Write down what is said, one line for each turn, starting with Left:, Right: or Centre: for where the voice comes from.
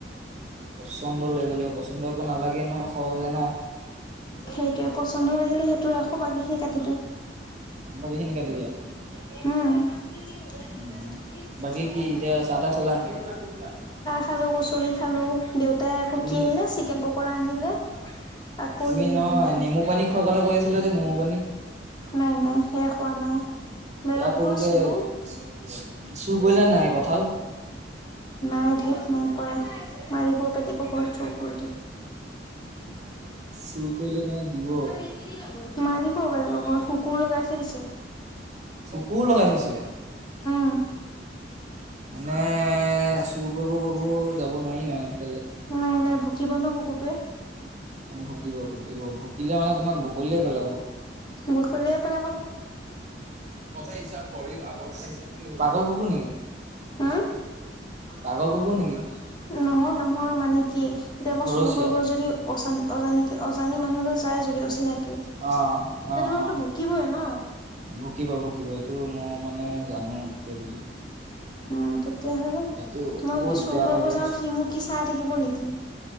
Right: পচন্দ লাগিব লাগিব। পচন্দ আকৌ নালাগে নহয় সহজে ন।
Left: সেইটোৱে, পচন্দ লাগিলে সেইটো ৰাখোঁ। বাকীখিনি কাটি
Right: বাকী খিনি কাটি দিয়া।
Left: <unintelligible>
Right: উম, বাকী কি <unintelligible>
Left: <inaudible> অ'। খালোঁ, কচ'ৰি খালোঁ, দেউতাই আকৌ
Right: উম,
Left: কি আনিলে চিকেন পকৰা আনিলে। আকৌ
Right: তুমি
Left: হেৰি
Right: নহয়,
Left: আনিলে
Right: নেমু পানী খোৱাৰ কথা কৈ আছিলা যে, নেমু পানী।
Left: নাই, নাই, সেয়া খোৱা নাই। মেৰত
Right: আকৌ
Left: গৈছিলো।
Right: বোলে, চুৰ কৰিলে নে নাই কঁঠাল?
Left: নাই, ধেৎ নাই কৰা, মাৰিব বেলেগৰ কঁঠাল চোৰ কৰিলে।
Right: চুৰ কৰিলে
Left: <unintelligible>
Right: তোমাক দিব
Left: মাৰিব, বেলেগৰ ঘৰত লগত কুকুৰ লগাই থৈ দিছে।
Right: কুকুৰ লগাই থৈছে?
Left: অ'। <unintelligible>
Right: মানে, চুৰ কৰিব ক'বও যাব নোৱাৰিম আৰু।
Left: নাই, নাই ভুকিব ন' কুকুৰটোৱে।
Right: ভুকিব, ভুকিব, ভুকিলে মানে তোমাক বখলিয়াই পেলাব।
Left: বখলিয়াই পে
Right: পাগল কুকুৰ নেকি?
Left: উম
Right: পাগল কুকুৰ নেকি?
Left: নহয়। নহয় মানে কি এতিয়া মই
Right: ঘৰচীয়া
Left: চুৰ কৰিবলৈ যদি অজানি অজানি মানুহ যায় যদি অচিনাকি
Right: অ'
Left: তে
Right: অ',
Left: তোমাকতো
Right: অ',
Left: ভুকিবই ন।
Right: ভুকিব ভুকিব এইটো মই মানে জানো ভুকে বুলি।
Left: উম তেতিয়াহ'লে,
Right: এইটো
Left: মই
Right: বহুত
Left: যদি চুৰ
Right: বেয়া
Left: কৰিব
Right: থাকে।
Left: যাওঁ সি মোক কি চাই থাকিব নেকি?